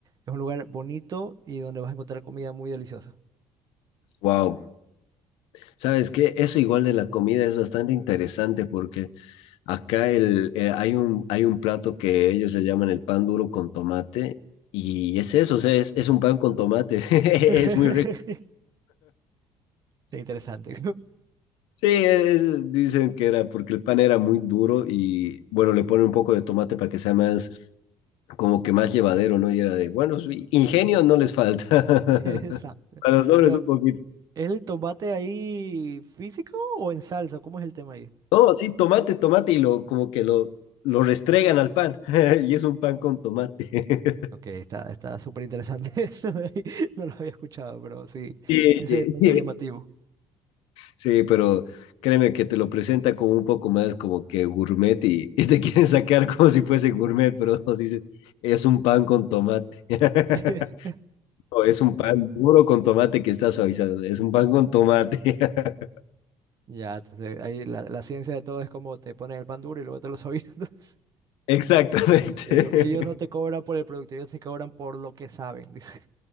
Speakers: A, on the right; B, on the left.
A: es un lugar bonito y donde vas a encontrar comida muy deliciosa.
B: Wow. ¿Sabes qué? Eso igual de la comida es bastante interesante porque acá el, eh, hay un, hay un plato que ellos le llaman el pan duro con tomate y es eso, o sea, es, es un pan con tomate. <laughs> Es
A: <laughs>
B: muy rico.
A: Interesante.
B: Sí, es- dicen que era porque el pan era muy duro y bueno, le ponen un poco de tomate para que sea más, como que más llevadero, ¿no? Y era de, bueno, sí, ingenio no les falta. <laughs>
A: <laughs> Exacto.
B: A los hombres
A: Pero
B: un poquito.
A: ¿Es el tomate ahí físico o en salsa? ¿Cómo es el tema ahí?
B: No, sí, tomate, tomate, y lo, como que lo, lo restregan al pan. <laughs> Y es un pan con tomate. <laughs>
A: Ok, está, está súper interesante <laughs> eso de ahí. No lo había escuchado, pero sí,
B: Sí,
A: sí se nota
B: sí.
A: llamativo.
B: Sí, pero créeme que te lo presenta como un poco más como que gourmet y, y te quieren sacar como si fuese gourmet, pero nos dicen, es un pan con tomate. <laughs>
A: <laughs>
B: No, es un pan duro con tomate que está suavizado. Es un pan con tomate. <laughs>
A: Ya, entonces ahí la, la ciencia de todo es como te ponen el pan duro y luego te lo suavisan. <laughs> Entonces,
B: Exactamente.
A: yo digo, ellos no te cobran por el producto, ellos te cobran por lo que saben, dice.